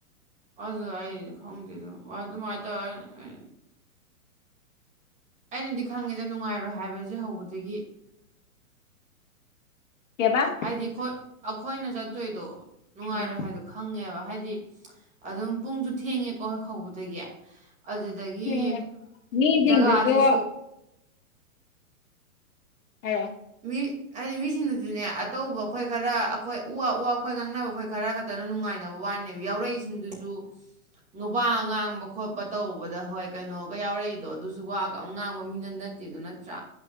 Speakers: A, on the right (about 15°); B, on the left (about 60°).
A: ꯑꯗꯨꯗꯣ ꯑꯩ ꯈꯪꯗꯦꯗꯥ ꯑꯗꯨꯃꯥꯏꯅ ꯇꯧꯔ ꯑꯩꯅꯗꯤ ꯈꯪꯉꯦꯗ ꯅꯨꯡꯉꯥꯏꯔꯣꯏ ꯍꯥꯏꯕꯁꯦ ꯍꯧꯕꯗꯒꯤ
B: ꯀꯩꯕꯥ
A: ꯍꯥꯏꯗꯤꯈꯣꯏ ꯑꯩꯈꯣ ꯑꯩꯈꯣꯏꯅ ꯆꯠꯇꯣꯏꯗꯣ ꯅꯨꯡꯉꯥꯏꯔꯣꯏ
B: ꯎꯝ
A: ꯍꯥꯏꯗꯣ ꯈꯪꯉꯦꯕ ꯍꯥꯏꯗꯤ ꯍꯥꯏꯗꯤ ꯑꯗꯨꯝ ꯄꯨꯡꯁꯨ ꯊꯦꯡꯉꯦꯀꯣ ꯍꯦꯛ ꯍꯧꯕꯗꯒꯤ ꯑꯗꯨꯗꯒꯤ
B: ꯊꯦꯡꯉꯦ ꯃꯤꯁꯤꯡꯗꯨꯁꯨ
A: ꯖꯒꯥꯁꯤꯁꯨ
B: ꯍꯥꯏꯔꯛ ꯑꯣ
A: ꯃꯤ ꯍꯥꯏꯗꯤ ꯃꯤꯁꯤꯡꯗꯨꯁꯨꯅꯦ ꯑꯇꯧꯕ ꯑꯩꯈꯣꯏ ꯈꯔ ꯑꯩꯈꯣꯏ ꯎ ꯋꯥ ꯎ ꯋꯥ ꯑꯩꯈꯣꯏ ꯉꯥꯡꯅꯕ ꯑꯩꯈꯣꯏ ꯈꯔ ꯈꯛꯇꯅ ꯅꯨꯡꯉꯥꯏꯅꯕ ꯋꯥꯅꯦꯕ ꯌꯥꯎꯔꯛꯏꯁꯤꯡꯗꯨꯁꯨ ꯋꯥ ꯉꯥꯡꯕ ꯈꯣꯠꯄ ꯇꯧꯕꯗ ꯍꯣꯏ ꯀꯩꯅꯣꯒ ꯌꯥꯎꯔꯛꯏꯗꯣ ꯑꯗꯨꯁꯨ ꯋꯥꯒ ꯑꯝ ꯉꯥꯡꯕ ꯃꯤꯅ ꯅꯠꯇꯦꯗ ꯅꯠꯇ꯭ꯔꯥ